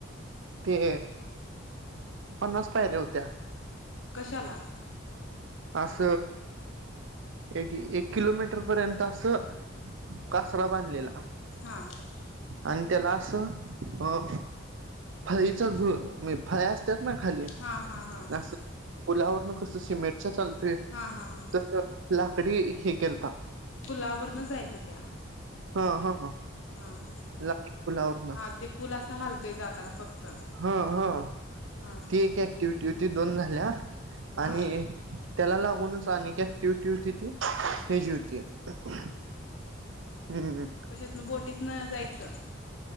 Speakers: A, on the right; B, on the left.
A: ते पन्नास पायऱ्या होत्या.
B: कशाला?
A: अस एक एक किलोमीटर पर्यंत असं कासरा बांधलेला.
B: हा.
A: आणि त्याला असं अ फळीचा झु म्हणजे फळ्या असत्यात ना खाली
B: हा हा हा हा
A: अस पुलावरन कसं सिमेंटच्या चालतय
B: हा हा हा
A: तर लाकडी हे केलंता
B: पुलावर न जायचं त्या
A: हा हा हा.
B: हा हा
A: लाकडी पुुलावरन <unintelligible>
B: हा ते पूल असं हालतोय जाताना फक्त
A: हा हा.
B: हा हा
A: ती एक ऍक्टिव्हटी होती, दोन झाल्या आणि
B: हा
A: त्याला लागूनच आणि काय ती होतीती ह्याजी होती हम्म हम्म
B: कशातन बोटीत न जायचं